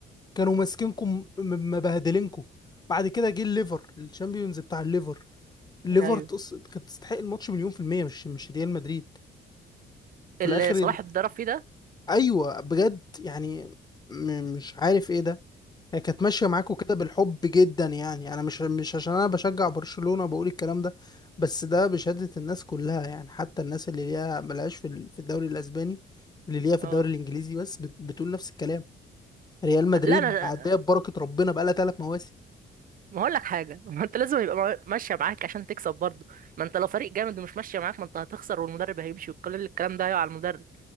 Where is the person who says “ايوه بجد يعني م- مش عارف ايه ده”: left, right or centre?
Left